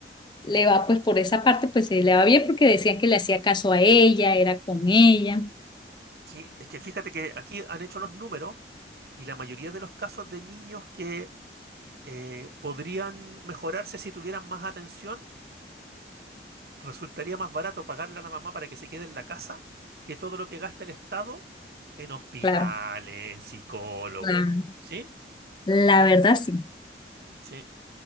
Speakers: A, on the left (about 25°); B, on the right (about 60°).
A: le va, pues por esa parte, pues eh, le va bien porque decían que le hacía caso a ella, era con ella.
B: Sí, es que fíjate que aquí han hecho los números y la mayoría de los casos de niños que eh, podrían mejorarse si tuvieran más atención, resultaría más barato pagarle a la mamá para que se quede en la casa que todo lo que gasta el Estado en hospitales,
A: Claro,
B: en psicólogos.
A: claro.
B: ¿Sí?
A: La
B: Sí,
A: verdad sí,
B: sí.